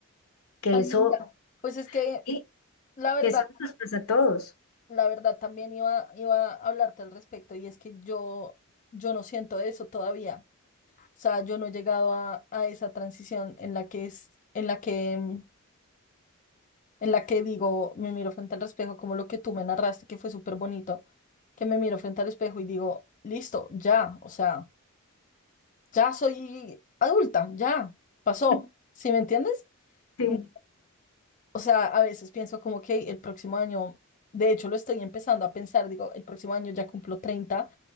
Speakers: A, on the left (about 75°); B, on the left (about 35°).
A: que
B: tan
A: eso...
B: linda. Pues es que
A: sí,
B: la verdad,
A: que eso nos pasa a todos.
B: la verdad también iba, iba a hablarte al respecto y es que yo, yo no siento eso todavía. O sea, yo no he llegado a, a esa transición en la que es, en la que mm, en la que digo, me miro frente al espejo, como lo que tú me narraste, que fue súper bonito, que me miro frente al espejo y digo, listo, ya, o sea, ya soy adulta, ya, pasó,
A: <laughs>
B: ¿sí me entiendes?
A: Sí.
B: No, O sea, a veces pienso como que el próximo año, de hecho lo estoy empezando a pensar, digo, el próximo año ya cumplo 30